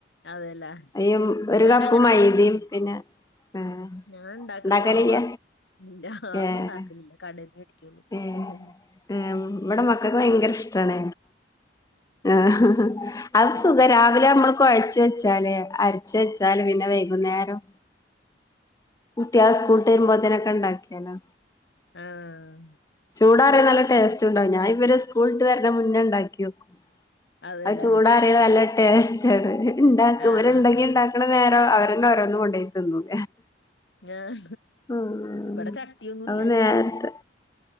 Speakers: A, on the left; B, on the left.
A: അതെല്ലേ
B: അരിയും ഒരു
A: ഞാൻ
B: കപ്പ്
A: അങ്ങനെയുള്ള
B: മൈദയും പിന്നെ ഏഹ്
A: ഞാൻ ഇണ്ടാക്കല്
B: ഉണ്ടാക്കലില്ല
A: കൊറവാണ് ഇല്ല ഒന്നും
B: ഏഹ്
A: ഇണ്ടാക്കലില്ല കടേന്ന് മേടിക്കും ചോറും
B: ഏഹ് ഏഹ് ഇവിടെ മക്കൾക്ക് ഭയങ്കര ഇഷ്ടാണ് ആഹ് അത് സുഖ രാവിലെ നമ്മൾ കുഴ ച്ച് വെച്ചാല് അരച്ച് വെച്ചാല് പിന്നെ വൈകുന്നേരം കുട്ട്യാള് സ്കൂൾട്ട് വരുമ്പോത്തനെക്കെണ്ടാക്കിയാലോ
A: ആഹ്
B: ചൂടാറിയ നല്ല ടേസ്റ്റ് ഉണ്ടാവും ഞാൻ ഇവര് സ്കൂളിട്ട് വരുന്ന മുന്നേ ഉണ്ടാക്കി വെക്കും
A: അതെല്ലേ
B: അത് ചൂടറിയ നല്ല ടേസ്റ്റാണ്
A: ആഹ്
B: ഇവര്
A: ആഹ്
B: ഇണ്ടെങ്കി
A: ആഹ്
B: ഉണ്ടാക്കണ നേരം അപ്പന്നെ ഓരോന്ന് കൊണ്ടോയി തിന്നും
A: ആഹ്
B: ഉം
A: ഇവിടെ ചക്കയൊന്നുല്ല
B: അപ്പൊ നേരത്തെ